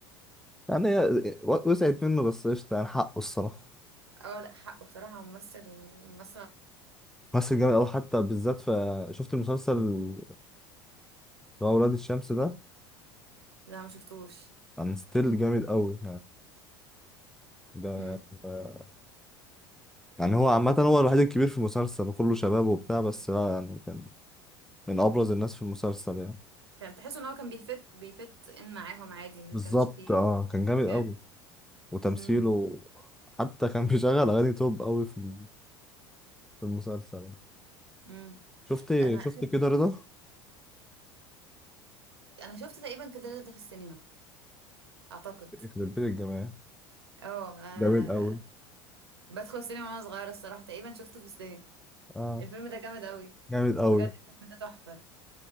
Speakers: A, in the centre; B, on the right (about 85°).
A: يعني هي و- وسعت منه بس قشطه يعني حقه الصراحه
B: اه لا حق بصراحة هو ممثل ممثل
A: ممثل جامد قوي حتى بالذات في شفت المسلسل اللي هو ولاد الشمس ده
B: لا ما شفتوش
A: كان ستيل جامد قوي ده
B: امم
A: ده- يعني هو عامة هو الوحيد الكبير في المسلسل وكله شباب وبتاع بس لا يعني كان من أبرز الناس في المسلسل يعني
B: كان تحس ان هو كان بيفت بيفت ان معاهم عادي ما
A: بالظبط
B: كانش فيه
A: اه كان جامد
B: جاب
A: أوي وتمثيله
B: امم
A: حتى كان <laughs> بيشغل أغاني توب أوي في ال- في المسلسل يعني
B: امم
A: شفت
B: انا
A: شفت
B: اخر
A: كده رضا
B: انا شفت تقريبا كده ده في السينما اعتقد
A: يخرب بيت الجماعة
B: اه آه،
A: جامد أوي
B: بدخل السينما وانا صغيرة الصراحة تقريبا شفته في السينما
A: اه
B: الفيلم ده جامد قوي
A: جامد أوي
B: بجد الفيلم ده تحفة